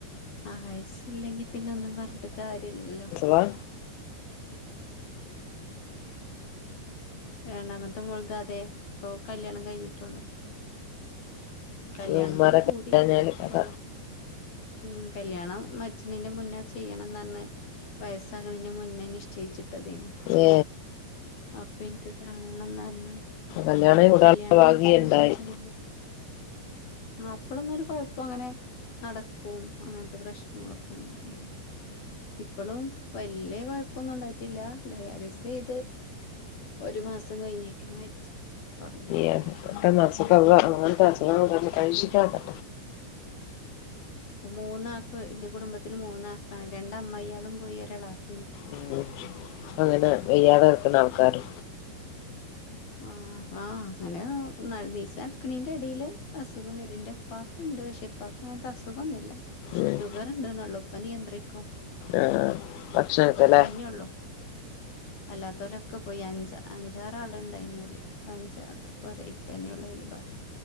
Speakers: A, on the left; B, on the left.
A: ആയസ് ഇല്ലെങ്കി പിന്നെ ഒന്നും പറഞ്ഞിട്ട് കാര്യമില്ലല്ലോ?
B: വാ
A: രണ്ടാമത്തെ മോൾതതെ പ്പൊ കല്ല്യാണം കഴിഞ്ഞുട്ടുള്ളൂ. കല്യാണത്തില്
B: ഉമ്മാരൊക്കെ
A: കൂടിള്ളൂ.
B: കഴിഞ്ഞാല് കഥ
A: ഉ കല്യാണം മരച്ചണിന്റെ മുന്നേ ചെയ്യണം ന്നർഞ്ഞ്. വയസ്സാകണിന് മുന്നേ നിശ്ചയിച്ചിട്ട തേനു.
B: ഏ
A: അപ്പ ഇൻക്ക് കാണണന്നർഞ്ഞ്
B: കല്യാണം കൂടാനുള്ള
A: കല്യാണം
B: ഭാഗ്യം
A: മരിച്ചിണെന്റെ
B: ഇണ്ടായി
A: കുറച്ച് മുന്നെ. അപ്പളൊന്നരു കുഴപ്പം അങ്ങനെ നടക്കും അങ്ങനത്തെ പ്രശ് ങ്ങളൊക്കെ ഉണ്ടായില്ലേ ഇപ്പളും വല്ല്യ കൊഴപ്പൊന്നും ഉണ്ടായിട്ടില്ല. ഡയാലിസെയ്ത്. ഒരു മാസം കഴിഞ്ഞേക്ക്ന് മരിച്ചു. തുടങ്ങിയപ്പത്തിന്
B: അ അ പെട്ടെന്ന് അസുഖ അങ്ങനത്തെ അസുഖം ങ്ങൾ
A: ഔ ഉം
B: തന്ന് പരിഷികതിരികടൊ.
A: അപ്പ മൂന്നാക്ക് ന്റെ കുടുംബത്തില് മൂന്നാക്കാണ് രണ്ട് അമ്മായാളും പോയി ഒരെ ളപ
B: ഉം അങ്ങനെ വയ്യാതെ കെടക്ക്ന്ന ആൾക്കാര്.
A: ആഹ അ അങ്ങനെ ഒന്ന നീച്ച് അടുക്കണീൻ്റെ എടിൽ അസുഖം വെരും എൻ്റെപ്പാക്ക്ണ്ട് പക്ഷേപ്പാക്ക് അങ്ങനത്തെ അസുഖന്നുല്ല.
B: ഉം
A: ഷുഗർ ഉണ്ട് നള്ളു ഉപ്പനിയന്ത്രിക്കും.
B: ആഹ് ഭക്ഷണത്തിലെ
A: പ്പ പ്പന്നെയള്ളു അല്ലാത്തെലെക്ക പോയി അഞ്ച അഞ്ചാറാൾ. ണ്ടയിനോല് പഞ്ച ഇപ്പെനെയുള്ളു അതില് ഭഗി.